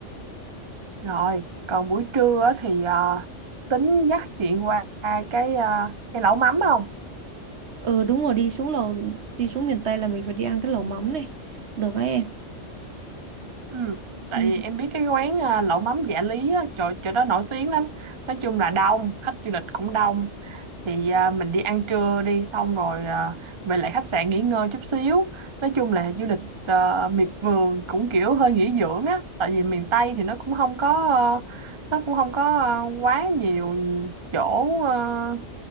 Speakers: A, on the right; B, on the right.
A: rồi còn buổi trưa á thì ờ, tính dắt chị qua cái ờ, cái lẩu mắm không
B: ừ đúng rồi đi xuống lầu đi xuống miền Tây là mình phải đi ăn cái lẩu mắm này được đấy em
A: Ừ. Tại
B: ừ.
A: vì em biết cái quán à, lẩu mắm Dạ Lý á, chỗ, chỗ đó nổi tiếng lắm nói chung là đông khách du lịch cũng đông thì à, mình đi ăn trưa đi xong rồi à, về lại khách sạn nghỉ ngơi chút xíu nói chung là du lịch à, miệt vườn cũng kiểu hơi nghỉ dưỡng á tại vì miền Tây thì nó cũng không có ờ, nó cũng không có ờ, quá nhiều chỗ ờ,